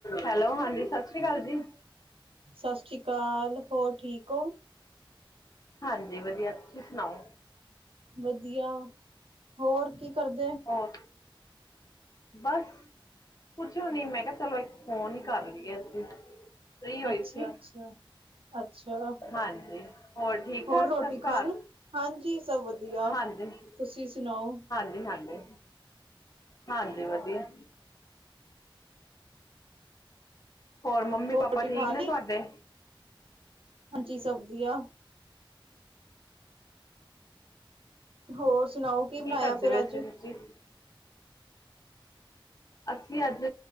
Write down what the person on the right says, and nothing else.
ਸਤਿ ਸ੍ਰੀ ਅਕਾਲ ਹੋਰ ਠੀਕ ਹੋ।
ਵਧੀਆ ਹੋਰ ਕੀ ਕਰਦੇ।
ਅੱਛਾ
ਅੱਛਾ। ਅੱਛਾ
ਹੋਰ
ਰੋਟੀ
ਖਾ
ਲਈ? ਹਾਂਜੀ ਸਭ ਵਧੀਆ
ਤੁਸੀਂ ਸੁਣਾਓ।
ਰੋਟੀ
ਖਾ
ਲਈ?
ਹਾਂਜੀ ਸਭ ਵਧੀਆ। ਹੋਰ ਸਣਾਓ, ਕੀ ਬਣਿਆ
ਫੇਰ
ਅੱਜ।